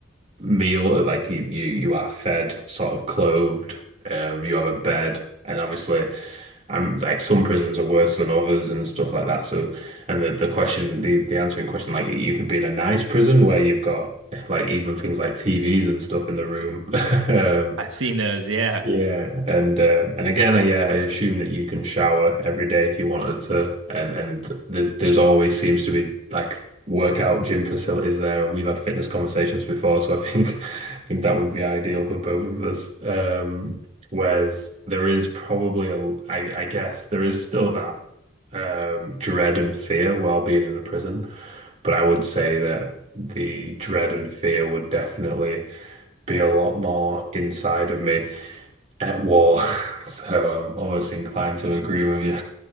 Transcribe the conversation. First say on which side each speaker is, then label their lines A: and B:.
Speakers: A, on the right (about 35°); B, on the right (about 70°).
A: meal like you you you are fed sort of clothed um you have a bed and obviously I'm like some prisons are worse than others and stuff like that so and the the question the the answering question like you could be in a nice prison where you've got like even things like TVs and stuff in the room <laughs> Um,
B: I've seen those, yeah.
A: yeah, and um, and again, uh, yeah, I assume that you can shower every day if you wanted to, and and th there's always seems to be like workout gym facilities there, and we've had fitness conversations before, so I think <laughs> I think that would be ideal for both of us. Um, whereas there is probably a, I, I guess there is still that um, dread and fear while being in a prison, but I would say that the dread and fear would definitely be a lot more inside of me at war. <laughs> So I'm almost inclined to agree with you.